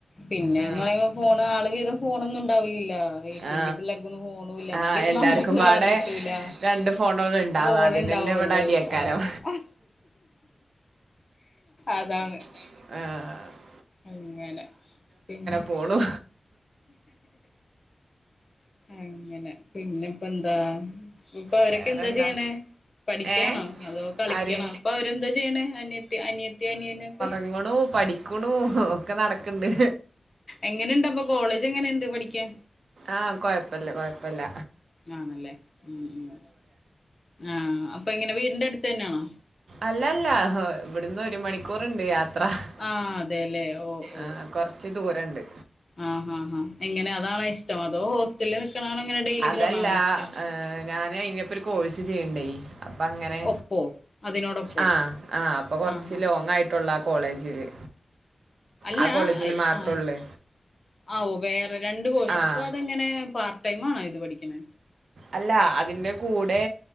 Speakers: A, on the left; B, on the right.
A: പിന്നെന്ന്
B: ആ
A: പറയുമ്പോ ഫോണ് ആള് വീതം ഫോണൊന്നും ഉണ്ടാവില്ല ഈ കുഞ്ഞി
B: ആ
A: പിള്ളേർക്ക് ഫോണുല്ല അപ്പൊ
B: ആ
A: പിന്നെ
B: എല്ലാവർക്കും
A: നമ്മുക്ക് കാണാൻ
B: പാടെ
A: പറ്റൂല
B: രണ്ട് ഫോണുകളും ഉണ്ടാവും
A: ഫോൺ
B: അതിന്
A: ഇണ്ടാവുള്ളു
B: തന്നെ ഇവിടെ അടിയക്കാരം
A: ആഹ് അതാണ്
B: ആഹ്
A: അങ്ങനെ പിന്നെ
B: പോണു
A: അങ്ങനെ പിന്നെ ഇപ്പ എന്താ ഇപ്പൊ അവരൊക്കെ
B: വേറെന്താ
A: എന്താ ചെയ്യണേ പഠിക്കണോ
B: ഏ
A: അതോ കളിക്കണോ
B: ആര്
A: ഇ പ്പൊ അവരെന്താ ചെയ്യണേ അനിയ അനിയത്തിയ അനിയന് ഒക്കെ
B: കളിക്കുണു പഠിക്ണു ഒക്കെ നടക്കണ്ട്
A: എങ്ങനെണ്ട് അപ്പൊ കോളേജ് എങ്ങനെയുണ്ട് പഠിക്കാൻ
B: ആഹ് കൊഴപ്പില്ല കൊഴപ്പില്ല
A: ആണല്ലേ ഉം ആഹ് അപ്പൊ എങ്ങനെ വീടിന്റെ അടുത്ത് തന്നെയണോ
B: അല്ലല്ല ഇവിടുന്ന് ഒരു മണിക്കൂറുണ്ട് യാത്ര യാത്ര
A: ആഹ് അതെല്ലേ ഓ ഓ
B: ആ കൊറച്ച് ദൂരുണ്ട്
A: ആഹ് ആഹ് എങ്ങനെ അതാണാ ഇഷ്ടം അതോ നിക്കണാണോ ഇങ്ങനെ ഡെയിലി
B: അതല്ല
A: പോണാണോ ഇഷ്ടം
B: ഞാന് ഇതിൻ്റെപ്പം ഒരു കോഴ്സ് ചെയ്യ്ണ്ടേ അപ്പം അങ്ങനെ
A: ഒപ്പോ അതിനോടൊപ്പോ
B: ആഹ് ആഹ് അപ്പൊ കൊറച്ച്
A: ആഹ് ആഹ്
B: ലോങ് ആയിട്ടുള്ള ആ കോളേജില്
A: അല്ല
B: ആ കോളേജില് മാത്രൊള്ളൂ
A: ആ ആവോ വേറെ രണ്ട് കോഴ്സ്
B: ആഹ്
A: അപ്പൊ അതെങ്ങനെ പ ടൈമിലാണോ ഇത് പഠിക്ക്ണേ
B: അല്ല അതിന്റെ കൂടെ